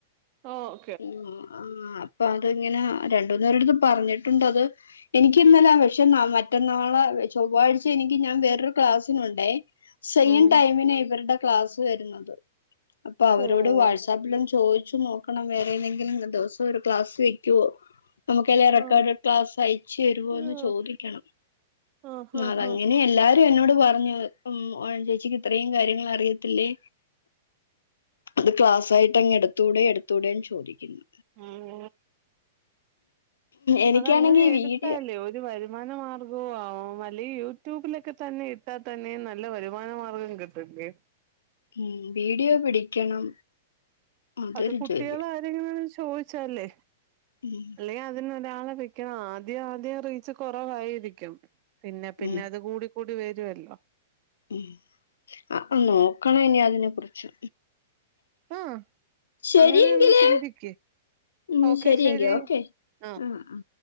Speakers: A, on the right; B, on the left.
A: ഓ
B: ഉ ആ അപ്പൊ അത് ഇങ്ങനെ രണ്ടൂന്നേരടുത്ത് പറഞ്ഞിട്ടുണ്ട്ത് എനിക്കിന്നലെ ആ വേഷമാ മറ്റന്നാളെ ചൊവ്വാഴ്ച എനിക്ക് ഞാൻ വേറൊരു ക്ലാസിനുണ്ട് സെയിം
A: ഉം
B: ടൈമിന് ഇവരുടെ ക്ലാസ്സ് വരുന്നത് അപ്പൊ അവരോട്
A: ഓഹ്
B: വാട്സാപ്പിലാം ചോദിച്ചു നോ കണം വേറെ ഏതെങ്കിലും ദിവസം ഒരു ഗ്ലാസ് വെക്കുവോ നമുക്കെല്ലാം റെക്കോഡഡ്
A: ആഹ്
B: ക്ലാസ് അയച്ചു തരുമോന്ന്
A: അയ്യോ
B: ചോദിക്കണം
A: ആഹ് ആഹ്
B: അത അങ്ങനെയ
A: ആഹ്
B: എല്ലാ എന്നോട് പറഞ്ഞു ഉം ഓമന ചേച്ചിക്ക് ഇത്രയും കാര്യങ്ങൾ അറിയത്തില്ലേ അത് ക്ലാസ് ആയിട്ട് അങ്ങ് എടുത്തൂടെ എടുത്തൂടെ ന്ന് ചോദിക്കുന്നു
A: ആഹ
B: എനിക്കാണെങ്കി
A: അതങ്ങനെ എടുത്താലേ
B: വീഡിയോ
A: ഒരു വരു വരുമാനമാർഗവും ആവും അല്ല യൂട്യൂബിലൊക്കെ തന്നെ ഇട്ടാൽ തന്നെ നല്ല വരുമാനമാർഗം കിട്ട്ല്ലേ
B: ഉം വീഡിയോ പിടിക്കണം അതൊരു
A: അത് കുട്ടികള്
B: ജോലിയ
A: ആരെങ്കിലു ഒന്ന് ചോദിച്ചാലേ
B: ഉം
A: അല്ലെ അതിനിവിടെ ആളെ വെക്കണം ആദ്യം ആദ്യം റീച്ച് കുറവായിരിക്കും പിന്നെ പിന്നെ
B: ഉം
A: അത് കൂടി കൂടിവേരുല്ലോ
B: ഉം ആ നോക്കണം ഇനി അതിനെ കുറിച്ച്
A: ആഹ്
B: ശരിയെങ്കില്
A: അങ്ങനെ ഒന്ന് ചിന്തിക്ക്
B: ഉം
A: ഓക്കെ
B: ശരിയങ്കോ
A: ശരി
B: ഓക്കെ
A: ആഹ്
B: ആ ആ